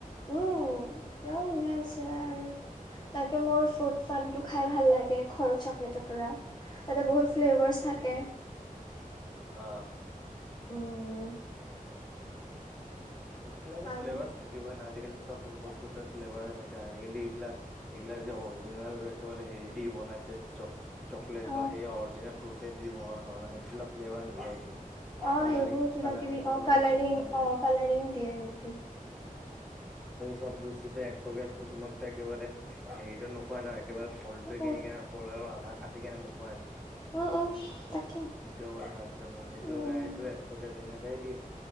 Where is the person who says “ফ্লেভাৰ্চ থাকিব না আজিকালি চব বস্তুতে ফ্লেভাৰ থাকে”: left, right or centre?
Centre